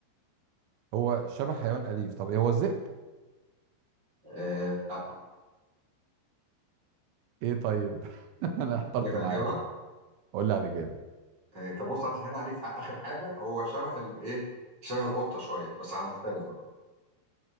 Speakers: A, on the right; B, on the right.
A: هو شبه حيوان اليف طب ايه هو الذئب
B: إيه لا
A: ايه طيب <laughs> انا احترت
B: اقول لك على
A: معاك
B: الاجابه
A: قول لي على الاجابه
B: إيه طب بص هسهل عليك في اخر حاجه هو شبه الايه شبه القطه شويه بس على مفترس بقى